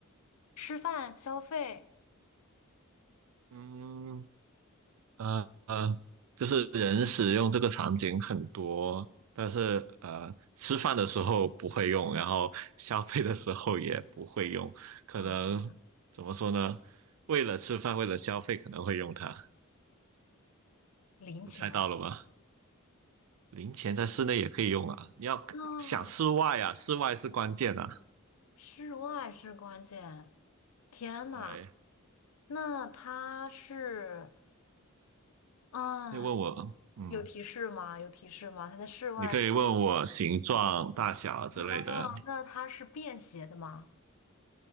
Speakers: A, on the left; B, on the right.
A: 吃饭、消费、
B: 嗯，呃呃，就是人使用这个场景很多，但是呃，吃饭的时候不会用，然后消费的时候也不会用，可能怎么说呢？
A: 嗯，
B: 为了吃饭，为了消费可能会用它，
A: 零钱。
B: 你猜到了吗？零钱在室内也可以用啊，你要想室外啊，
A: 嗯，
B: 室外是关键啊。
A: 室外是关键。天呐，
B: 对，
A: 那它是啊，
B: 可以问我，嗯，
A: 有提示吗？有提示吗？它在室外是，
B: 你可以问我形状、大小之类的，
A: 啊，那它是便携的吗？